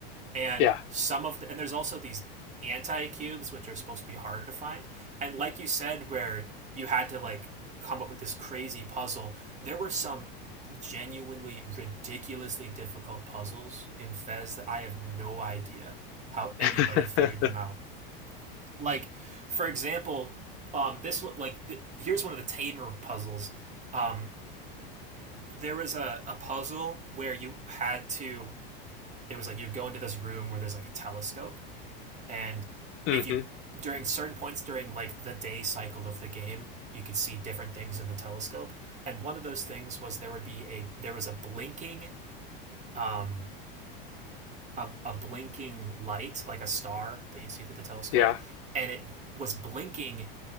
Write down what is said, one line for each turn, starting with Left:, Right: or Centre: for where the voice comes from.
Right: and
Left: Yeah.
Right: some of the, and there's also these anti cubes which are supposed to be harder to find. And like you said, where you had to like come up with this crazy puzzle, there were some genuinely ridiculously difficult puzzles in Fez that I have no idea how anybody
Left: <laughs>
Right: figured them out. Like, for example, um, this like th- here's one of the tamer puzzles. Um, there was a, a puzzle where you had to. It was like you go into this room where there's like a telescope, and
Left: Mm-hmm.
Right: if you during certain points during like the day cycle of the game you could see different things in the telescope and one of those things was there would be a there was a blinking um a, a blinking light like a star that you'd see through the telescope
Left: Yeah.
Right: and it was blinking